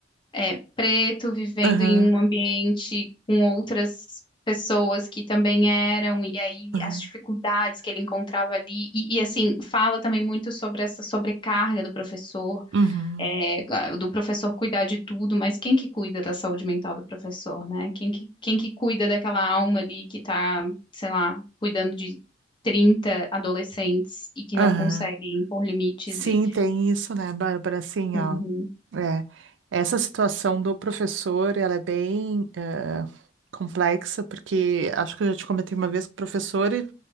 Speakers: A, on the left (about 25°); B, on the right (about 75°).
A: é, preto vivendo
B: aham,
A: em um ambiente com outras pessoas que também eram, e aí
B: aham,
A: as dificuldades que ele encontrava ali, e, e, assim, fala também muito sobre essa sobrecarga do professor,
B: uhum,
A: é, claro, do professor cuidar de tudo, mas quem que cuida da saúde mental do professor, né? Quem que, quem que cuida daquela alma ali que tá, sei lá, cuidando de 30 adolescentes e que
B: aham.
A: não consegue impor limites
B: Sim,
A: e...
B: tem isso, né, Bárbara? Assim,
A: Uhum,
B: ó, é, essa situação do professor, ela é bem eh, complexa, porque acho que eu já te comentei uma vez que o professor ele